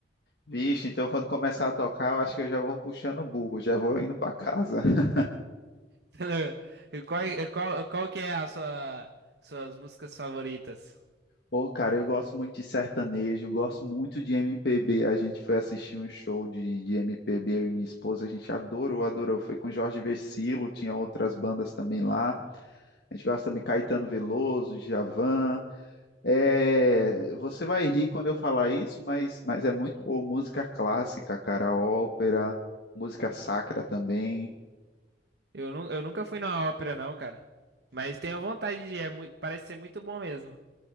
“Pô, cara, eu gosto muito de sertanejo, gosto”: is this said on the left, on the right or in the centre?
Left